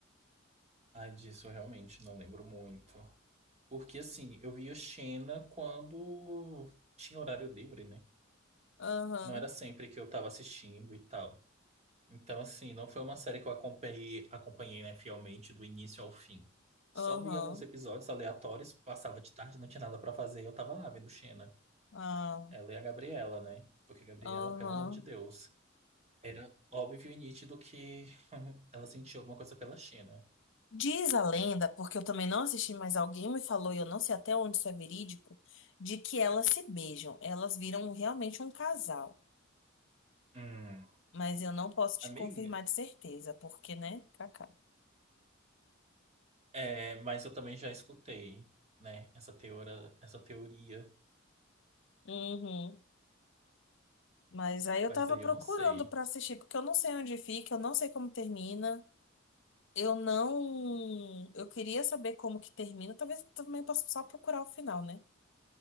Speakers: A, on the right; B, on the left.
A: Ai, disso eu realmente não lembro muito. Porque, assim, eu via Xena quando tinha horário livre, né?
B: Aham,
A: Não era sempre que eu tava assistindo e tal. Então, assim, não foi uma série que eu acompanhei, acompanhei, né, fielmente do início ao fim. Só
B: aham,
A: vi alguns episódios aleatórios, passava de tarde, não tinha nada pra fazer, e eu tava lá vendo Xena.
B: ah,
A: Ela e a Gabriela, né? Porque a Gabriela,
B: aham.
A: pelo amor de Deus, era óbvio e nítido que <laughs> ela sentia alguma coisa pela Xena.
B: Diz a lenda, porque eu também não assisti, mas alguém me falou, e eu não sei até onde isso é verídico, de que elas se beijam. Elas viram realmente um casal.
A: Hum,
B: Mas eu não posso te
A: amiga,
B: confirmar de certeza, porque, né, Kaká.
A: é, mas eu também já escutei, né, essa teoria, essa teoria,
B: Uhum. Mas aí eu
A: mas
B: tava
A: aí
B: procurando
A: eu não sei.
B: pra assistir, porque eu não sei onde fica, eu não sei como termina. Eu não. Eu queria saber como que termina. Talvez eu também possa só procurar o final, né?